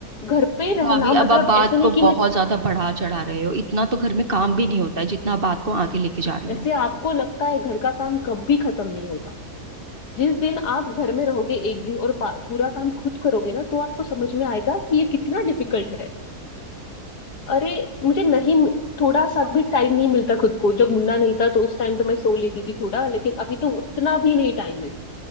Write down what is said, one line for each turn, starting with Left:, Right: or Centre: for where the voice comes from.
Left: घर पे ही रहना
Right: भाभी
Left: मतलब
Right: अब आप बात
Left: ऐसे नहीं
Right: को
Left: कि
Right: बहुत
Left: मैं
Right: ज्यादा बढ़ा चढ़ा रहे हो इतना तो घर में काम भी नहीं होता है जितना आप बात को आगे लेके जा रहे
Left: ऐसे
Right: हो
Left: आपको लगता है घर का काम कभी खत्म नहीं होता जिस दिन आप घर में रहोगे एक दिन और पा- पूरा काम खुद करोगे ना तो आपको समझ में आएगा कि ये कितना डिफिकल्ट है अरे मुझे नहीं थोड़ा सा भी टाइम नहीं मिलता खुद को जब मुन्ना नहीं था तो उस टाइम तो मैं सो लेती थी थोड़ा लेकिन अभी तो उतना भी नहीं टाइम मिलता